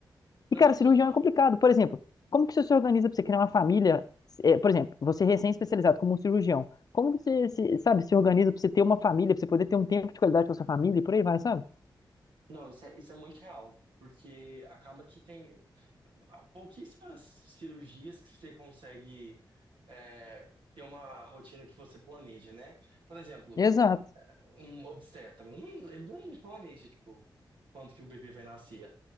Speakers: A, on the right; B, on the left.
A: Não,
B: E, cara, cirurgião
A: total.
B: é complicado. Por exemplo, como que você se organiza pra você criar uma família? É, por exemplo, você é recém-especializado como um cirurgião, como que você, se, sabe, se organiza pra você ter uma família, pra você poder ter um tempo de qualidade com a sua família e por aí vai, sabe?
A: Não, isso é, isso é muito real. Porque acaba que tem. pouquíssimas cirurgias que você consegue é, ter uma rotina que você planeja, né? Por exemplo,
B: Exato,
A: um obstetra, não- ele não planeja, tipo, quando que o bebê vai nascer.